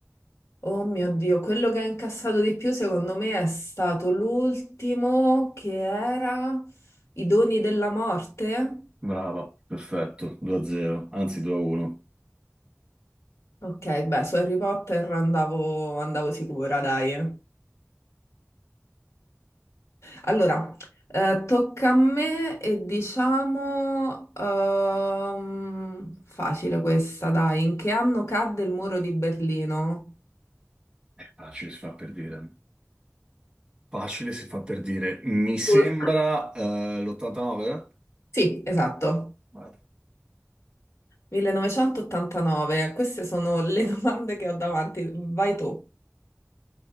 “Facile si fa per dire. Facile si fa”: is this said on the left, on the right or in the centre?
Right